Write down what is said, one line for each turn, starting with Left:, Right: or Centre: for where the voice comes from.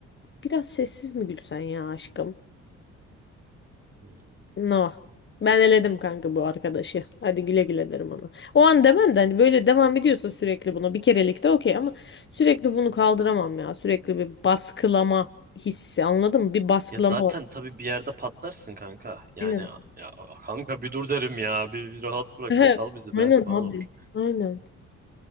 Left: Biraz sessiz mi gülsen ya aşkım?
Right: Hmm.
Left: No. Ben eledim kanka bu arkadaşı. Hadi güle güle derim ona. O an demem de hani böyle devam ediyorsa sürekli buna bir kerelik de okey ama sürekli bunu kaldıramam ya. Sürekli bir baskılama hissi anladın mı? Bir baskılama
Right: Ya zaten
Left: var.
Right: tabii bir yerde patlarsın kanka. Yani
Left: Aynen. <laughs>
Right: ya, kanka bir dur derim ya. Bir, bir rahat bırak
Left: Ehe,
Right: bir sal bizi
Left: Aynen
Right: be falan
Left: abi.
Right: olur.
Left: Aynen.